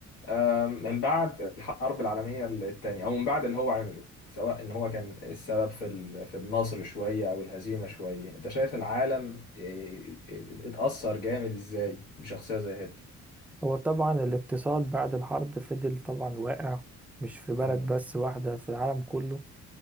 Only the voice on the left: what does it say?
أم، من بعد الحرب العالمية الثانية او من بعد اللي هو عمله سواء ان هو كان السبب في ال- في النصر شوية او الهزيمة شوية انت شايف العالم إيه، إيه، اتأثر جامد ازاي بشخصية زي هتلر
مم،